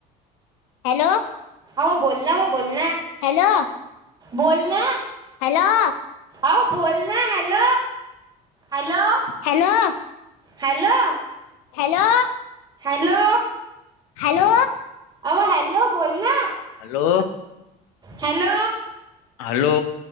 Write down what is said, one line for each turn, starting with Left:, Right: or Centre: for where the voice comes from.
Left: हॅलो
Right: अ बोल ना व बोल ना
Left: हॅलो
Right: बोल ना
Left: हॅलो
Right: आ बोल ना hello hello
Left: hello
Right: hello
Left: hello
Right: hello
Left: hello
Right: अ हॅलो बोल ना
Left: हॅलो
Right: हॅलो
Left: हॅलो